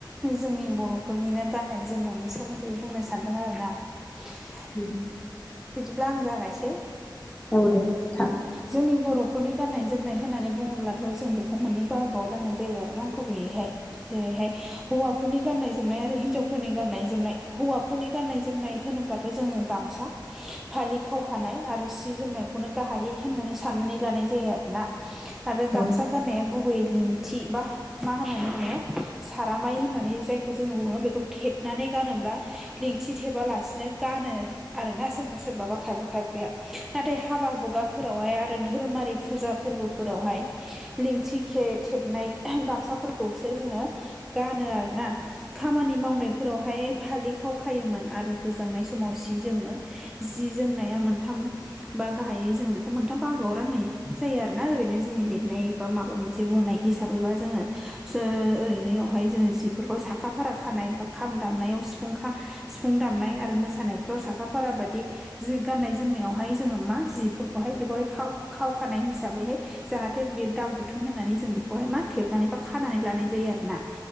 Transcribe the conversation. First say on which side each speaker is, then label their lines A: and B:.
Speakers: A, in the centre; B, on the left (about 15°).
A: जोंनि बर'फोरनिनो गाननाय जोमनायनि सोमोन्दै बुंनो सानदों आरोना। <unintelligible>
B: औ
A: बिदिब्ला आं जागायसै।
B: औ दे थां।
A: जोंनि बर'फोरनि गाननाय जोमनाय होननानै बुङोब्लाथ' जों बेखौ मोननै बाहागोआव राननाय जायो आरोोना गुबैयैहाय जेरैहाय हौवाफोरनि गाननाय जोमनाय आरो हिनजावफोरनि गाननाय जोमनाय हौवाफोरनि गाननाय जोमनाय होनोब्ला थ' जोङो गामसा फालि खावखानाय आरो सि जोमनायखौनो गाहायै होननानै साननानै लानाय जायो आरो ना। आरो गामसा
B: औ
A: गाननाया गुबै लिंथि बा मा होननानै बुङो सारामाइ होननानै जायखौ जोङो बुङो बेखौ थेबनानै गानोब्ला लिंथि थेबालासिनो गानो आरोना सोरबा सोरबाबा खायफा खायफाया नाथाय हाबा हुगाफोरावहाय आरो धोरोमारि फुजा फोरबोफोरावहाय लिंथिखे थेबनाय गामसाफोरखौसो जोङो गानो आरोना। खामानि मावनायफोरावहाय फालि खावखायोमोन आरो गोजांनाय समाव सि जोमो। जि जोमनाया मोनथाम बा गाहायै जों बेखौ मोनथाम बाहागोआव राननाय जायो आरो ना ओरैनो जोंनि लिरनाय बा माबा मोन से बुंनाय हिसाबैबा जोङो स ओरैनोयावहाय जोङो जिफोरखौ साखा फारा खानाय खाम दामनायाव सिफुं खा सिफुं दामनाय आरो मोसानायफ्राव साखा फारा बादि जि गाननाय जोमनायावहाय जोङो मा जिफोरखौहाय बेखौहाय खाव-खावखानाय हिसाबैहाय जाहाथे बे दा गुथुं होननानै जों बेखौहाय मा थेबनानै बा खानानै लानाय जायो आरोना।